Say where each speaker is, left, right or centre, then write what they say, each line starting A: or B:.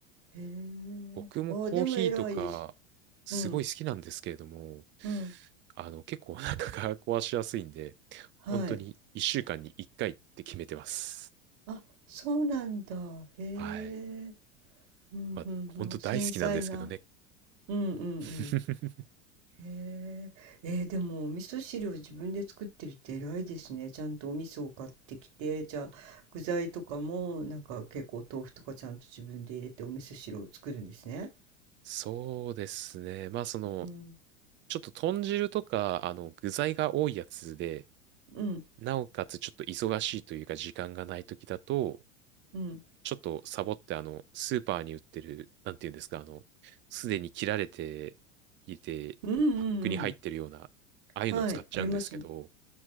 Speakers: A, on the right; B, on the right.
A: へえ。
B: 僕もコーヒーとか、
A: あ、でも偉いです。
B: すごい好きなんですけれども、
A: うん、うん。
B: あの、結構お腹が壊しやすいんで、
A: はい。
B: 本当に1週間に1回って決めてます。
A: あ、そうなんだ。へ
B: はい。
A: え。うんうんうん。
B: まあ、本当大好きなんですけどね。
A: 繊細な。うんうん
B: <laughs>
A: うん。へえ。えーでもお味噌汁を自分で作ってるって偉いですね。ちゃんとお味噌を買ってきて、じゃあ具材とかもなんか結構豆腐とかちゃんと自分で入れてお味噌汁を作るんですね。
B: そうですね。まあ、その、
A: うん。
B: ちょっと豚汁とか、あの、具材が多いやつで、
A: うん
B: なおかつちょっと忙しいというか時間がない時だと、
A: うん。
B: ちょっとサボってあの、スーパーに売ってる、なんていうんですか、あの、すでに切られていて、
A: うんうんうん。
B: パックに入ってるような、ああいうのを使っちゃうんですけど、
A: はい、あります。